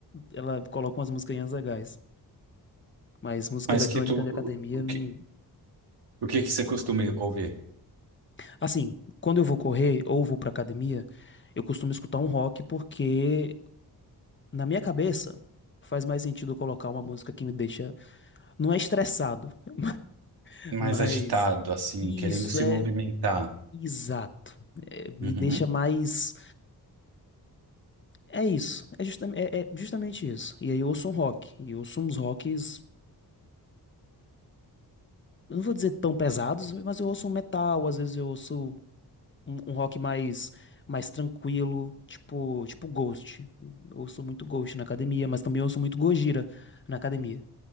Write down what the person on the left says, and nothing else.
ela coloca umas musiquinhas legais. Mas música
eletrônica
na academia
me.
Assim, quando eu vou correr ou vou pra academia. Eu costumo escutar um rock porque Na minha cabeça, faz mais sentido eu colocar uma música que me deixa. Não é estressado, <laughs>
mas.
Isso
é
exato. É, me
deixa mais. É isso. É, justam- é- é justamente isso. E aí eu ouço um rock. E eu ouço uns rocks. eu Não vou dizer tão pesados, mas eu ouço um metal. Às vezes eu ouço um, um rock mais, mais tranquilo, tipo, tipo Ghost. Eu ouço muito Ghost na academia, mas também ouço muito Gojira na academia